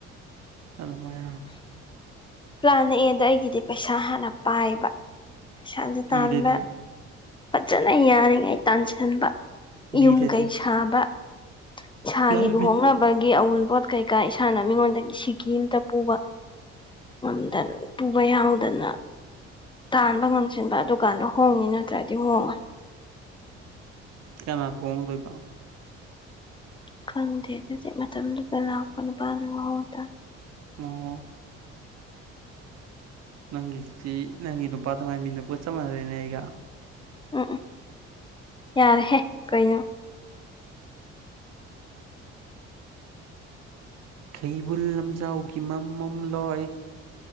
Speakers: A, on the right; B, on the left.
A: ꯑꯗꯨꯃꯥꯢꯅ <inaudible>
B: ꯄ꯭ꯂꯥꯟ ꯅꯛꯑꯦꯗ ꯑꯩꯒꯤꯗꯤ ꯄꯩꯁꯥ ꯍꯥꯟꯅ ꯄꯥꯏꯕ ꯄꯩꯁꯥꯁꯦ
A: ꯄꯤꯗꯗꯤ
B: ꯇꯥꯟꯕ ꯐꯖꯅ ꯌꯥꯔꯤꯉꯩ ꯇꯥꯟꯁꯤꯟꯕ
A: ꯕꯤꯗꯗꯤ
B: ꯌꯨꯝ ꯀꯩ ꯁꯥꯕ ꯏꯁꯥꯒꯤ
A: ꯄ꯭ꯂꯥꯟ
B: ꯂꯨꯍꯣꯡꯅꯕꯒꯤ
A: ꯕꯤ
B: ꯑꯎꯟꯄꯣꯠ ꯀꯩꯀꯥ ꯏꯁꯥꯅ ꯃꯤꯉꯣꯟꯗꯒꯤ ꯁꯤꯀꯤ ꯑꯃꯇ ꯄꯨꯕ ꯉꯝꯗꯅ ꯄꯨꯕ ꯌꯥꯎꯗꯅ ꯇꯥꯟꯕ ꯉꯝꯁꯤꯟꯕ ꯑꯗꯨꯀꯥꯟꯗꯥ ꯍꯣꯡꯅꯤ ꯅꯠꯇ꯭ꯔꯗꯤ ꯍꯣꯡꯉꯣꯏ
A: ꯀꯅꯥ ꯍꯣꯡꯗꯣꯏꯕ
B: ꯈꯪꯗꯦ ꯑꯗꯨꯗꯤ ꯃꯇꯝꯗꯨꯗ ꯂꯥꯛꯄ ꯅꯨ ꯄꯥꯜꯂꯨꯍꯧꯗ
A: ꯑꯣ ꯅꯪꯒꯤ ꯁꯤ ꯅꯪꯒꯤ ꯅꯨꯄꯥꯗꯨ ꯉꯥꯏꯃꯤꯟꯅꯕꯒ ꯆꯞ ꯃꯥꯅꯔꯦꯅꯦ ꯑꯩꯒ
B: ꯎꯝ ꯎꯝ ꯌꯥꯔꯦꯍꯦ ꯀꯩꯅꯣ
A: ꯈꯩꯕꯨꯜ ꯂꯝꯖꯥꯎꯒꯤ ꯃꯝꯃꯝꯂꯣꯏ